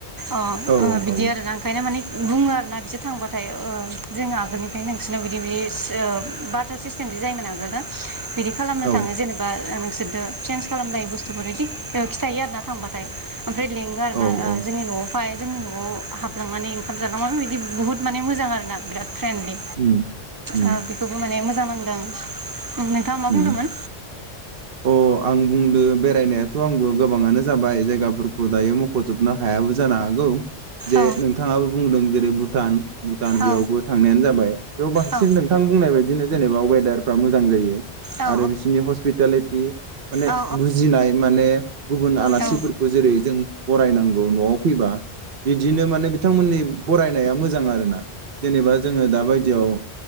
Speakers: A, on the right; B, on the right.
A: अ
B: औ
A: बिदि
B: औ
A: आरोना ओंखायनो माने बुङो आरोना बिसोर थांबाथाय ओ जों आगोलनिफ्राय नोंसोरनाव बिदि बि ओ बाटार सिस्टेमदि जायोमोन आगोलो। बिदि खालामनो
B: औ
A: थाङो जेनेबा ओ बिसोरदो चेन्ज खालामनाय बुस्थुफोर बिदि खिथायो आरोना थांबाथाय। ओमफ्राय लेंङो आरोना
B: औ
A: ओ
B: औ
A: जोंनि न'आव फाय जोंनि न'आव हाबलांनानै ओंखाम जालांनानै बे बिदि बहुत माने मोजां आरोना बिराद फ्रेन्डलि
B: उम उम
A: ओ बेखौबो माने मोजां नांदों। आं नोंथाङा मा
B: उम
A: बुंदोंमोन
B: अ आं बुंदों बेरायनायाथ' आंबो गोबाङानो जाबाय जायगाफोरखौ दायो मख'जोबनो हायाबो जानो हागौ। जे
A: औ
B: नोंथाङाबो बुंदों जेरै भुटान भुटान
A: औ
B: बेयावबो थांनायानो जाबाय बेयाव बांसिन
A: औ
B: नोंथां बुंनाय बायदिनो जेनेबा अयेदार फ्रा मोजां जायो
A: औ
B: आरो बिसोरनि हस्पिटेलिटि माने
A: औ
B: बुजिनाय माने गुबुन आलासिफोरखौ
A: औ
B: जेरै जों बरायनां खौ न'आव फैबा बिदिनो माने बिथांमोननि फरायनाया मोजां आर ना जेनेबा जोङो दा बायदियाव